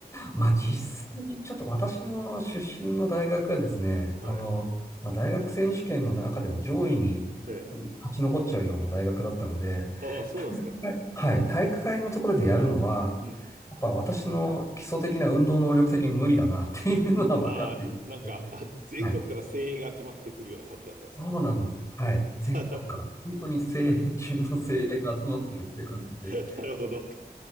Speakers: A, on the left; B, on the right.
A: まあ、実際にちょっと私の出身の大学がですね、
B: はい。
A: あの、まあ、大学選手権の中でも上位にう勝ち残っちゃうような大学だったので、
B: ええああ、そうなんですか。
A: はいはい、体育会のところでやるのは、
B: うん。
A: やっぱ私の基礎的な運動能力的に無理だなっていうのは分かっていて、
B: ああ、なんか、あ、全国から精鋭が集まってくるような感じだったんですか。
A: はい。そうなんです。はい。全国から本当に精鋭中の精鋭が集まってるっていう感じで。
B: あな <laughs> なるほど。